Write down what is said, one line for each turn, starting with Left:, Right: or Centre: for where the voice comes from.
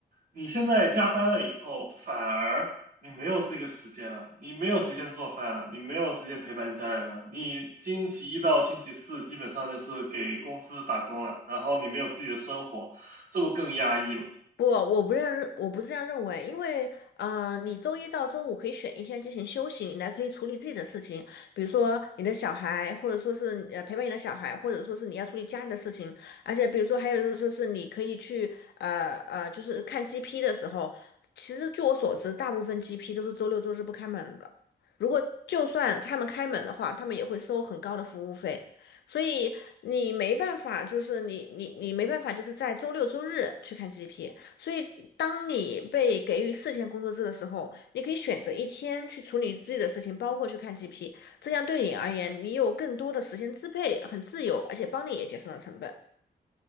Right: 你现在加班了以后，反而你没有这个时间了，你没有时间做饭了，你没有时间陪伴家人了。你星期一到星期四基本上就是给公司打工了，然后你没有自己的生活，这不更压抑吗？
Left: 不，我不认，我不是这样认为，因为，呃，你周一到周五可以选一天进行休息，你来可以处理自己的事情，比如说你的小孩，或者说是呃陪伴你的小孩，或者说是你要处理家里的事情，而且比如说还有就是说是你可以去，呃呃，就是看 GP 的时候，其实据我所知，大部分 GP 都是周六周日不开门的，如果就算他们开门的话，他们也会收很高的服务费。所以你没办法，就是你你你没办法，就是在周六周日去看 GP。所以，当你被给予四天工作制的时候，你可以选择一天去处理自己的事情，包括去看 GP，这样对你而言，你有更多的时间支配，很自由，而且帮你也节省了成本。